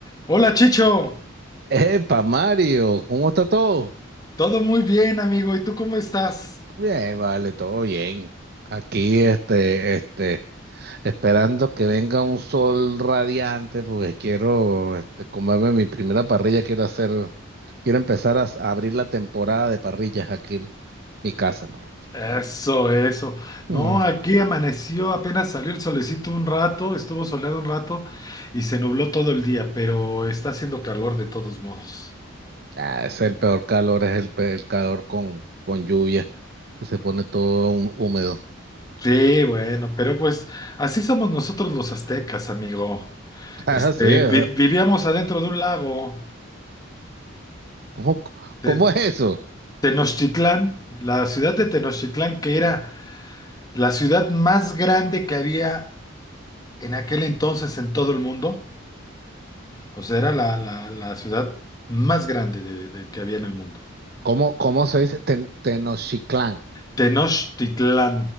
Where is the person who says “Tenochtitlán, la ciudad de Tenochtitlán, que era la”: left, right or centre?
Left